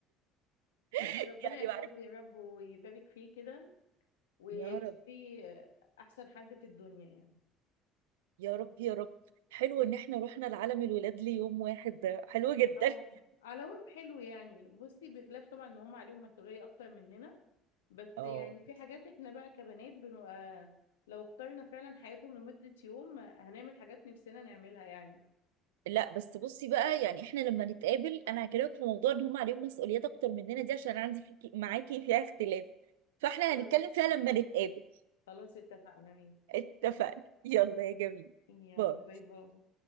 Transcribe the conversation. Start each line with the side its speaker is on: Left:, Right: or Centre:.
Right: <laughs>
Left: ربنا
Right: يعني
Left: يحفظه
Right: بعرف
Left: يا رب ويبارك فيه كده وتشوفيه
Right: يا رب
Left: احسن حد في الدنيا يعني
Right: يا رب يا رب حلو ان احنا رحنا لعالم الولاد ليوم واحد ده حلو جدا
Left: اه على العموم حلو يعني بصي بخلاف طبعا ان هم عليهم مسؤوليه اكتر مننا بس
Right: اه
Left: يعني في حاجات احنا بقى كبنات بنبقى لو اخترنا فعلا حياتهم لمده يوم هنعمل حاجات نفسنا نعملها يعني
Right: لا بس بصي بقى يعني احنا لما نتقابل انا هكلمك في موضوع ان هم عليهم مسؤوليات اكتر مننا دي عشان عندي فيكي معاكي فيها اختلاف فاحنا
Left: طيب
Right: هنتكلم فيها لما نتقابل
Left: خلاص اتفقنا ماشي
Right: اتفقنا يلا يا جميل
Left: يلا
Right: باي
Left: باي باي